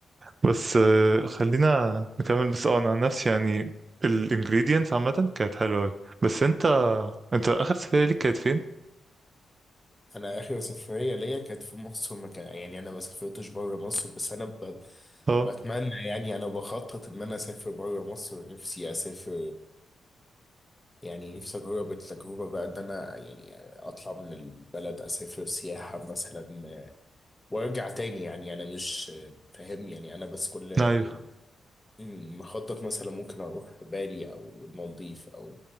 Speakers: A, on the right; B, on the left.
A: بس آه، خلينا نكمل بس اه انا عن نفسي يعني الانجريدينتس عامة كانت حلوة أوي بس انت انت اخر سفرية ليك كانت فين؟
B: انا اخر سفريه ليا كانت في مصر ما كان يعني انا ما سافرتش بره مصر بس انا ب...
A: اه
B: بتمنى يعني انا بخطط ان انا اسافر بره مصر نفسي اسافر يعني نفسي اجرب التجربه بقى ان انا يعني اطلع من البلد اسافر سياحه مثلا وارجع تاني يعني انا مش فاهم يعني انا بس كل يعني
A: ايوه
B: م- مخطط مثلا ممكن اروح بالي او المالديف او